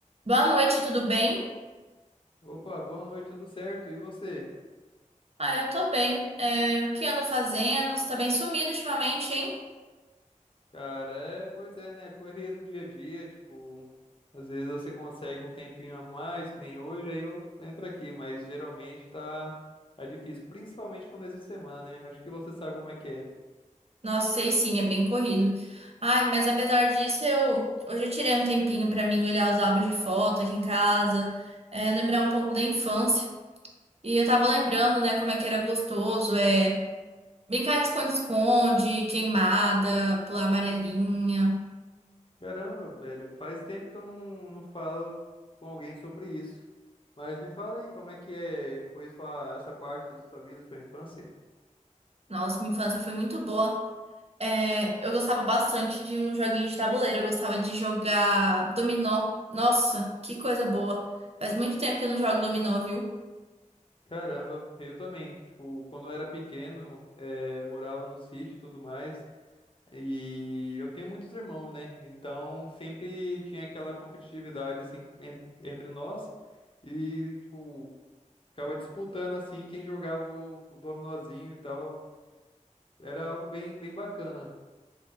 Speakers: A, on the right; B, on the left.
A: Boa noite, tudo bem?
B: Opa, boa noite, tudo certo? E você?
A: Ah, eu tô bem. É, o que anda fazendo? Você tá bem sumido ultimamente, hein?
B: Cara, é, pois é, né? Correria do dia a dia, tipo, às vezes você consegue um tempinho a mais, que nem hoje, aí eu entro aqui, mas geralmente tá, tá difícil, principalmente começo de semana, né? Acho que você sabe como é que é.
A: Nossa, sei sim, é bem corrido. Ai, mas apesar disso, eu hoje eu tirei um tempinho pra mim olhar os álbuns de foto aqui em casa, é, lembrar um pouco da infância. E eu tava lembrando, né, como é que era gostoso, é brincar de esconde-esconde, queimada, pular amarelinha.
B: Caramba, velho, faz tempo que eu não, não falo com alguém sobre isso. Mas me fala aí, como é que é, foi sua, essa parte da sua vida, sua infância?
A: Nossa, minha infância foi muito boa. É, eu gostava bastante de um joguinho de tabuleiro. Eu gostava de jogar dominó. Nossa, que coisa boa. Faz muito tempo que eu não jogo dominó, viu?
B: Caramba, eu também. Tipo, quando eu era pequeno, eh, eu morava no sítio e tudo mais. E eu tenho muitos irmãos, né? Então sempre tinha aquela competitividade assim en- entre nós e tipo ficava disputando assim quem jogava o, o dominozinho e tal. Era algo bem bem bacana.